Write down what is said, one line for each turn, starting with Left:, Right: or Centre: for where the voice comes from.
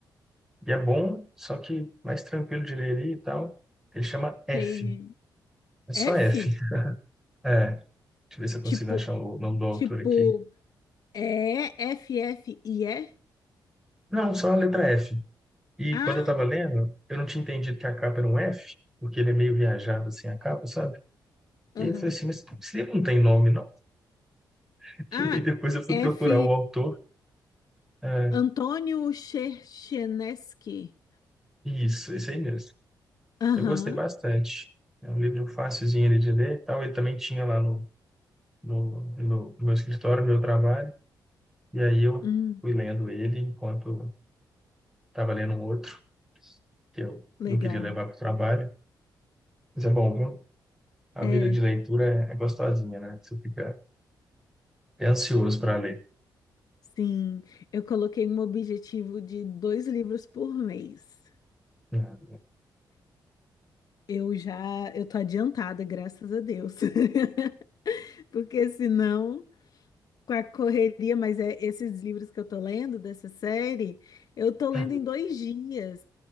Centre: E é bom, só que mais tranquilo de ler ali e tal. Ele chama F.
Left: tem
Centre: É só
Left: F,
Centre: F. <laughs> É, deixa eu ver se eu
Left: tipo,
Centre: consigo achar o nome do autor
Left: tipo,
Centre: aqui.
Left: é F, F e E?
Centre: Não, só a letra F. E
Left: Ah,
Centre: quando eu tava lendo, eu não tinha entendido que a capa era um F, porque ele é meio viajado assim, a capa, sabe?
Left: aham.
Centre: E aí eu falei assim, mas esse livro não tem nome, não? <laughs>
Left: Ah,
Centre: E aí depois eu fui
Left: F,
Centre: procurar o autor. É,
Left: Antônio Cherchenesky.
Centre: isso, esse aí mesmo.
Left: Aham,
Centre: Eu gostei bastante. É um livro facilzinho ali de ler e tal. Ele também tinha lá no, no, no, no meu escritório, no meu trabalho. E aí eu
Left: Hum,
Centre: fui lendo ele enquanto estava lendo um outro que eu
Left: legal.
Centre: não queria levar para o trabalho. Mas é bom, viu? A
Left: É.
Centre: vida de leitura é é gostosinha, né? Você fica é ansioso para ler.
Left: Sim, eu coloquei um objetivo de dois livros por mês.
Centre: né?
Left: Eu já, eu tô adiantada, graças a Deus. <laughs> Porque senão, com a correria, mas é esses livros que eu tô lendo dessa série, eu tô lendo
Centre: Uhum.
Left: em dois dias,